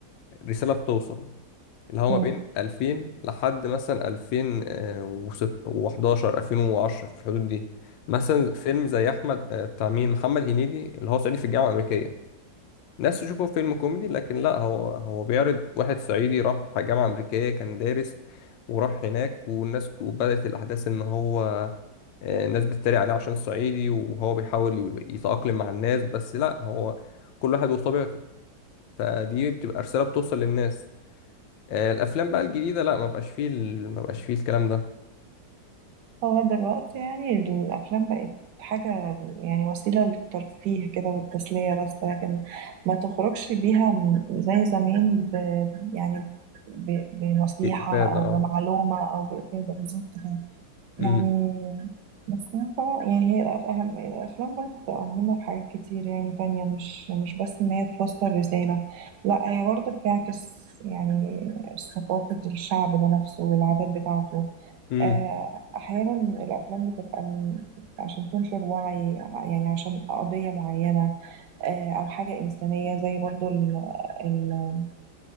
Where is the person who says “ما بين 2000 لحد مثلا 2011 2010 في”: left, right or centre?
Left